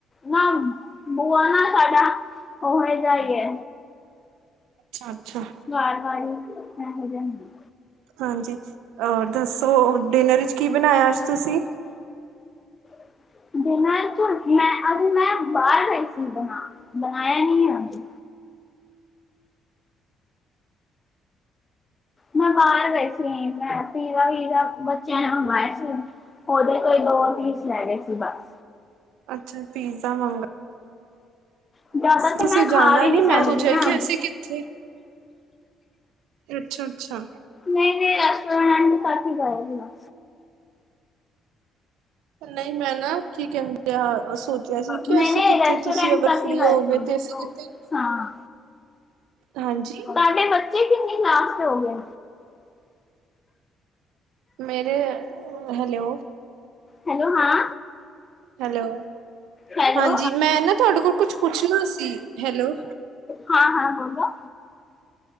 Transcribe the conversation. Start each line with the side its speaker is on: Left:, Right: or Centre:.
Left: ਨਾ ਬੂਆ ਨਾ ਸਾਡਾ ਉਹੇ ਜਾ ਈ ਏ
Right: ਅੱਛਾ-ਅੱਛਾ
Left: ਵਾਰ ਵਾਰ ਈ ਏਹੋ ਜੇਹਾ ਹੁੰਦੀ
Right: ਹਾਂਜੀ ਅ ਦੱਸੋ ਡਿਨਰ ਵਿੱਚ ਕੀ ਬਣਾਇਆ ਅੱਜ ਤੁਸੀਂ
Left: <inaudible> ਡਿਨਰ ਚ ਮੈਂ ਅਜ ਮੈਂ ਬਾਹਰ ਗਈ ਸੀ ਬਣਾ ਬਣਾਇਆ ਨਈ ਐ ਅਜ ਮੈਂ ਬਾਰ ਗਈ ਸੀ ਮੈਂ ਪੀਜਾ ਵੀਜਾ ਬੱਚਿਆਂ ਨੇ ਮੰਗਵਾਇਆ ਸੀ ਉਦੇ ਕੋਈ ਦੋ ਪੀਸ ਲੈ ਗਏ ਸੀ ਬਸ
Right: ਅੱਛਾ ਪੀਜ਼ਾ ਮੰਗ
Left: ਹ <unintelligible> ਜਾਦਾ ਤੇ
Right: ਤੁਸੀਂ
Left: ਮੈਂ
Right: ਜਾਣਾ
Left: ਖਾ ਵੀ ਨੀ
Right: ਮੈਂ
Left: ਸਕਦੀ
Right: ਸੋਚਿਆ
Left: ਨ
Right: ਕਿ ਅਸੀਂ ਕਿੱਥੇ ਅੱਛਾ, ਅੱਛਾ।
Left: ਨਈ, ਨਈ ਰੈਸਟੋਰੈਂਟ ਕਾਫ਼ੀ ਗਏ ਦੇ ਆਂ।
Right: ਨਈ ਮੈਂ ਨਾ ਕੀ ਕੈਂਦੇ ਸੋਚਯਾ ਸੀ ਕੇ
Left: ਨਹੀਂ
Right: ਅਸੀ
Left: ਨਹੀਂ
Right: ਕਿੱਥੇ
Left: ਰੈਸਟੋਰੈਂਟ
Right: ਤੁਸੀ ਅਗਰ
Left: ਤੱਕ
Right: ਫਰੀ
Left: ਹੀ ਗਏ
Right: ਹੋਓਗੇ,
Left: ਸੀ
Right: ਤੇ ਅਸੀ ਕਿੱਥੇ
Left: ਹਾਂ
Right: ਹਾਂਜੀ।
Left: ਤਾਡੇ ਬੱਚੇ ਕਿੰਨੀ ਕਲਾਸ ਚ ਹੋਗੇ?
Right: ਮੇਰੇ, ਹੈਲਯੋ
Left: ਹੈਲੋ, ਹਾਂ
Right: ਹੈਲੋ
Left: ਹੈਲੋ,
Right: ਹਾਂਜੀ ਮੈਂ ਨਾ ਤੁਹਾਡੇ ਕੋਲ ਕੁਛ ਪੁੱਛਣਾ ਸੀ ਹੈਲੋ
Left: ਹਾਂ ਹਾਂ, ਹਾਂ, ਬੋਲੋ